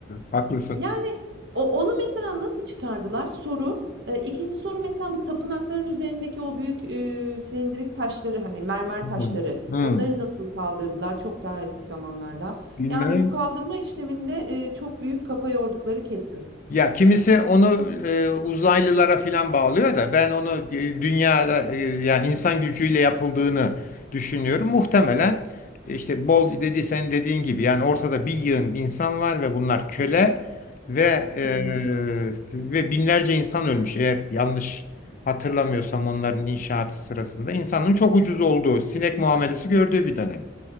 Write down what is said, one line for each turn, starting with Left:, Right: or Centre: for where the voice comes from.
Left: haklısın.
Right: Yani, o onu mesela nasıl çıkardılar? Soru. Eee, 2'nci soru mesela bu tapınakların üzerindeki o büyük, üüü, silindirik taşları, hani, mermer
Left: Hmm,
Right: taşları,
Left: hmm,
Right: onları nasıl kaldırdılar çok daha eski zamanlarda?
Left: bilmem.
Right: Yani, bu kaldırma işleminde, eee, çok büyük kafa yordukları kesin.
Left: Ya kimisi onu e, uzaylılara filan bağlıyor da ben onu e, dünyada e, yani insan gücüyle yapıldığını düşünüyorum. Muhtemelen e, işte bol dedi sen dediğin gibi yani ortada bir yığın insan var ve bunlar köle ve e,
Right: Hı hı.
Left: ve binlerce insan ölmüş. Eğer yanlış hatırlamıyorsam onların inşaatı sırasında insanın çok ucuz olduğu sinek muamelesi gördüğü bir dönem.